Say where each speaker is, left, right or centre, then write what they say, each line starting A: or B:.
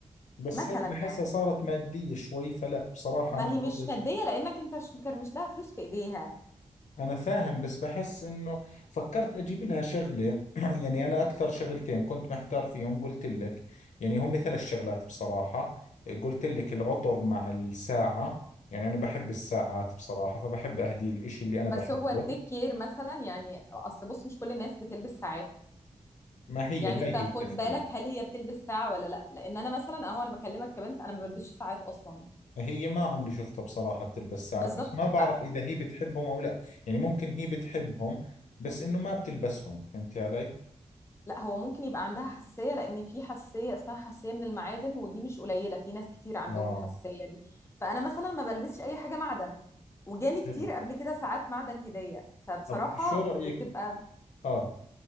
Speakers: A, on the left; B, on the left.
A: بس
B: مثلا
A: هيك بحسها
B: يعني
A: صارت مادية شوي فلا بصراحة
B: ما
A: انا بفضل
B: هي مش مادية لأنك أنت مش مكرمش لها فلوس في إيديها
A: أنا فاهم بس بحس إنه فكرت أجيب لها شغلة <clears throat> يعني أنا أكثر شغلتين كنت محتار فيهم قلت لك يعني هم ثلاث شغلات بصراحة قلت لك العطر مع الساعة يعني أنا بحب الساعات بصراحة فبحب أهدي الإشي اللي أنا
B: بس
A: بحبه
B: هو التيك كير مثلا يعني أصل بص مش كل الناس بتلبس ساعات
A: ما هي
B: يعني
A: هاي
B: أنت خد
A: هي التفكير
B: بالك هل هي بتلبس ساعة ولا لأ لأن أنا مثلا أهو أنا بكلمك كبنت أنا ما بلبسش ساعات أصلا
A: هي ما عمري شفتها بصراحة بتلبس ساعات
B: بالظبط
A: بس ما بعرف
B: فلا
A: إذا هي بتحبهم أو لا يعني ممكن هي بتحبهم بس إنه ما بتلبسهم فهمتي علي؟
B: هو ممكن يبقى عندها حساسية لأن في حساسية اسمها حساسية من المعادن ودي مش قليلة في ناس كتير عندهم
A: آه
B: الحساسية دي فأنا مثلا ما بلبسش أي حاجة معدن وجالي كتير
A: حلو
B: قبل كده ساعات معدن هدية فبصراحة
A: طب شو رأيك
B: بتبقى
A: آه